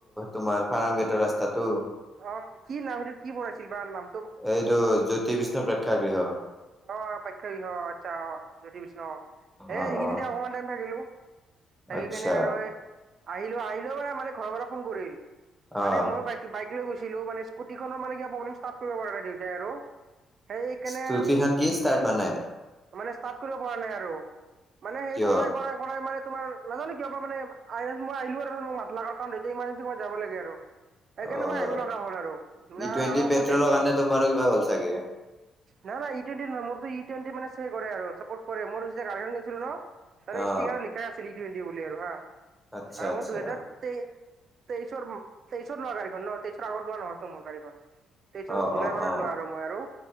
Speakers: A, in the centre; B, on the right.
A: তোমাৰ ফাৰ্ম গেটৰ ৰাস্তাটো?
B: অ', কি নাম সেইটো কি বনাইছিল বা নাম?
A: এইটো জ্যোতি বিষ্ণু প্ৰেক্ষাগৃহ।
B: অ' পেক্ষাগৃহ অঁ আচ্ছা অ জ্যোতি বিষ্ণু অ' এই
A: অ',
B: সেইখিনিতে
A: অ',
B: অকমান টাইম থাকিলো। থাকি
A: আচ্ছা
B: কেনে আৰু আহিলো আহিলে মানে ঘৰৰ পৰা ফোন কৰিল।
A: অ',
B: মানে মই বাই বাইক লৈ গৈছিলো মানে স্কুটিনৰ মানে কিবা প্ৰব্লেম ষ্টাৰ্ট কৰিব পৰা নাই দেউতাই আৰু। সেইকাৰণে
A: স্কুতিখন কি ষ্টাৰ্ট হোৱা নাই
B: মানে ষ্টাৰ্ট কৰিব পৰা নাই। আৰু মানে সেই
A: কিয়?
B: কৰাই কৰাই কৰাই মানে তোমাৰ নাজানো কিয় বা মানে মই আহিলো আৰু মাতৰ কাৰণ এতিয়া ইমাৰজেঞ্চি মই যাব লাগে আৰু সেইকাৰনে
A: অ',
B: মই আহিব লগা হ'ল আৰু নহলে
A: ই টুৱেণ্টি
B: আৰু অকমান
A: পেট্ৰলৰ
B: দেৰি
A: কাৰণে তোমাৰো কিবা হ'ল চাগে
B: নাই নাই ই টুৱেন্টি নলওঁ মোৰ তো ই টুৱেন্টি মানে হেৰি কৰে আৰু চাপৰ্ট কৰে মোৰ গাড়ীখন কিনিছিলোঁ ন। আৰে
A: অ',
B: স্তিকাৰত লিখাই আছিল ই টুৱেন্টি বুলি আৰু হা
A: আচ্ছা আচ্ছা
B: মই দুহেজাৰ তেই তেইছৰ তেইছৰ লোৱা গাডীখন ন' তেইছৰ আগত লোৱা নহয় তো মোৰ গাড়ীখন। তেইশৰ
A: অ',
B: জুলাই
A: অ',
B: মানত
A: অ',
B: লোৱা আৰু মই আৰু।